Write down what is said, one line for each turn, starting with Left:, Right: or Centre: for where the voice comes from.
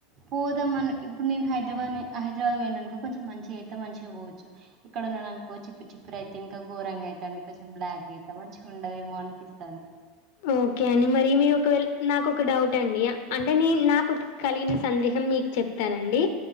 Right: పోదామని ఇప్పుడు నేను హైదరాబాద్ హైదరాబాద్ పోయినానుకో కొంచెం మంచిగా అయితే మంచిగా పోవచ్చు ఇక్కడ నా అనుకో చిప్పు చిప్పుర అయితే ఇంకా గోరంగా అయితండి కొంచెం బ్లాక్ అయిత మంచిగా ఉండదేమో అనిపిస్తుంది
Left: ఓకే అని మరి మీరు ఒకవేళ నాకు ఒక డౌట్ అండి అంటే నే నాకు కలిగిన సందేహం మీకు చెప్తానండి